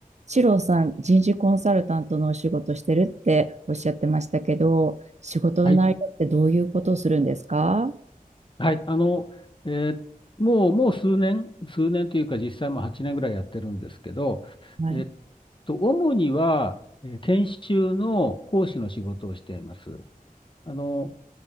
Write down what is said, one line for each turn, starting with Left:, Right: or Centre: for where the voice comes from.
Right: シローさん、人事コンサルタントのお仕事してるっておっしゃってましたけど、仕事の内容ってどういうことをするんですか
Left: はい。はい。あの、えーもう、もう数年、数年というか、実際もう8年ぐらいやってるんですけど、
Right: はい、
Left: えっと、主には、えー研修の講師の仕事をしています。あの、